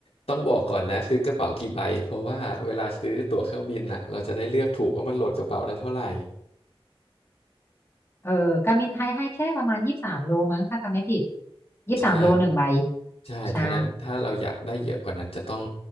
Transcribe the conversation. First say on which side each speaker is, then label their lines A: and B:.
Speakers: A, on the left; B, on the left.
A: ต้องบอกก่อนนะซื้อกระเป๋ากี่ใบเพราะว่าเวลาซื้อตั๋วเครื่องบินอ่ะเราจะได้เลือกถูกว่ามันโหลดกระเป๋าได้เท่าไหร่
B: เออการบินไทยให้แค่ประมาณยี่สิบสามโลมั้งถ้าจำไม่ผิดยี่สิบสามโลหนึ่งใบ
A: ใช่ใช่ท่านั้นถ้าเราอยากได้เยอะกว่านั้นจะต้อง
B: ใช่